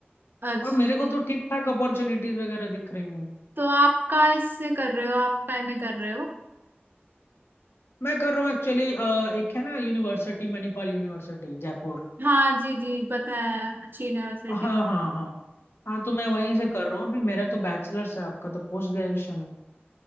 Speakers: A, on the right; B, on the left.
A: अच्छा
B: और मेरे को तो ठीक ठाक अपॉर्चुनिटीज वगैरह दिख रही हैं
A: तो आप का इससे कर रहे हो आप काय में कर रहे हो
B: मैं कर रहा हूँ एक्चुअली एक है ना यूनिवर्सिटी मणिपाल यूनिवर्सिटी जयपुर
A: हाँ जी जी पता है अच्छी यूनिवर्सिटी
B: हाँ हाँ हाँ हाँ तो मैं वहीं से कर रहा हूँ अभी मेरा तो बैचलर्स है आपका तो पोस्ट ग्रेजुएशन है